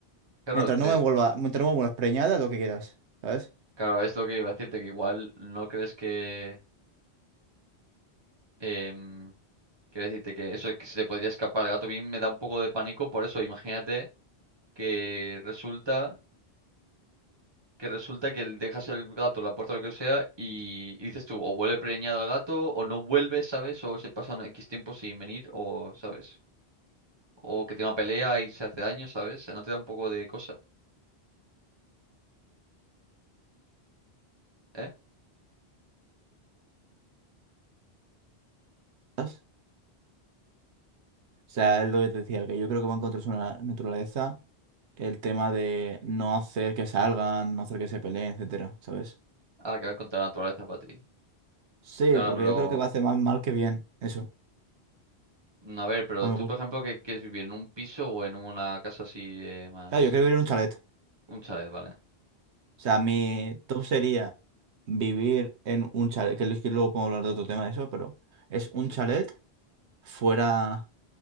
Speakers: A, on the right (about 25°); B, on the right (about 85°).
A: Claro,
B: mientras
A: eh,
B: no me vuelva, mientras no me vuelvas preñada, lo que quieras, ¿sabes?
A: claro, es lo que iba a decirte, que igual no crees que... em, quiero decirte que eso es que se le podría escapar al gato. A mí me da un poco de pánico por eso. Imagínate que resulta que resulta que le dejas el gato, la puerta, lo que sea, y, y dices tú, o vuelve preñado al gato, o no vuelve, ¿sabes? O se pasan X tiempo sin venir, o, ¿sabes? O que tiene una pelea y se hace daño, ¿sabes? ¿No te da un poco de cosa, eh?
B: ¿Sabes? O sea, es lo que te decía, que yo creo que va en contra de su na- naturaleza el tema de no hacer que salgan, no hacer que se peleen, etcétera, ¿sabes?
A: Ah, que va contra la naturaleza para ti.
B: Sí,
A: Claro,
B: porque yo creo que va a hacer más mal que bien, eso,
A: A ver, pero
B: para
A: tú,
B: mi gusto.
A: por ejemplo, ¿qué quieres vivir? ¿En un piso o en una casa así de más...
B: Claro, yo quiero vivir en un chalet.
A: Un chalet, vale.
B: O sea, mi top sería vivir en un chalet, que que luego podemos hablar de otro tema de eso, pero es un
A: Sí.
B: chalet fuera